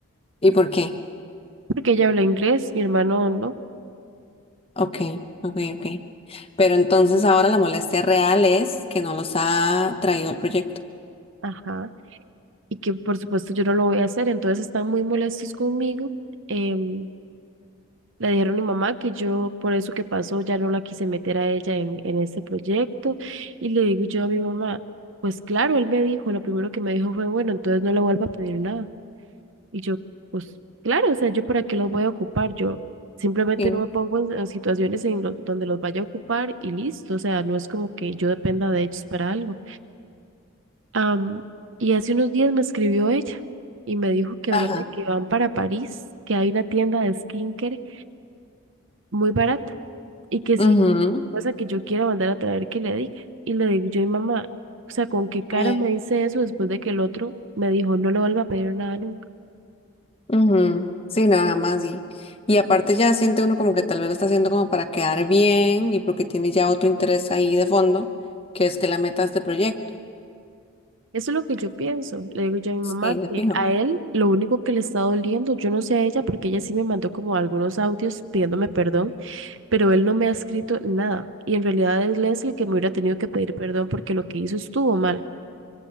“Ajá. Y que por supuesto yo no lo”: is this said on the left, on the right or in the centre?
Right